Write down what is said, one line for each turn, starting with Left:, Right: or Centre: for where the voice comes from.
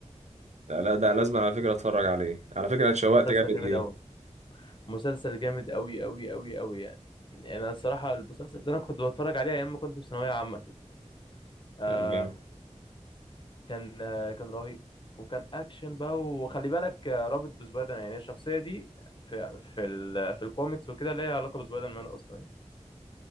Right: ده لا ده لازم على فكره اتفرج عليه على فكره اتشوقت
Left: مسلسل
Right: جامد
Left: جامد
Right: ليه
Left: قوي مسلسل جامد قوي قوي قوي قوي يعني يعني انا الصراحه المسلسل ده انا كنت بتفرج عليه ايام ما كنت في ثانويه عامه كده آه
Right: لا جامد
Left: كان آه كان رهيب وكان اكشن بقى وخلي بالك آه، رابط بسبايدر مان. يعني الشخصيه دي في في ال في الكوميكس وكده ليها علاقه بسبايدر مان اصلا يعني.